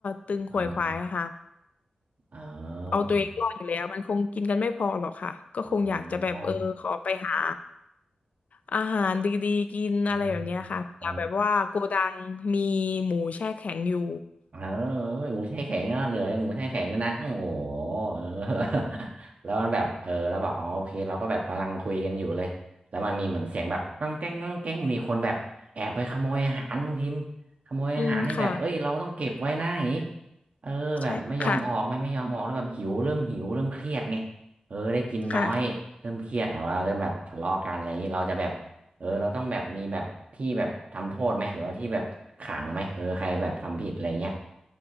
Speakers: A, on the left; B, on the right.
A: ตึงขวนขวายหา
B: อ๋อ เออ
A: เอาตัวเองรอดอยู่แล้วมันคงกินกันไม่พอหรอกค่ะก็คงอยากจะแบบเออขอไปหา
B: อ๋อ๋อ
A: อาหารดีๆกินอะไรแบบเนี้ยค่ะเผื่อแบบว่าโกดังมีหมูแช่แข็งอยู่
B: อ่าเออเออหมูแช่แข็งอ่ะเหลือหมูแช่แข็งด้วยนะโอ้โหเออ <laughs> แล้วมันแบบเออแล้วบอกอ๋อโอเคเราก็แบบกำลังคุยกันอยู่เลยแล้วมันมีเหมือนเสียงแบบก้องแก้งก้องแก้งมีคนแบบแอบไปขโมยอาหารคุณพิมพ์ขโมยอาหารให้แบบเอ้ยเราต้องเก็บไว้นะอย่างนี้
A: อืมค่ะ
B: เออแบบไม่ยอมออกไม่ไม่ยอมออกแล้วแบบหิวเริ่มหิวเริ่มเครียดไง
A: ใช่ค่ะ
B: เออได้กินน้อยเริ่มเครียดเอาละเริ่มแบบทะเลาะกันอะไรอย่างนี้เราจะแบบ
A: ค่ะ
B: เออเราต้องแบบมีแบบที่แบบทำโทษไหมหรือว่าที่แบบขังไหมเออใครแบบทำผิดอะไรเงี้ย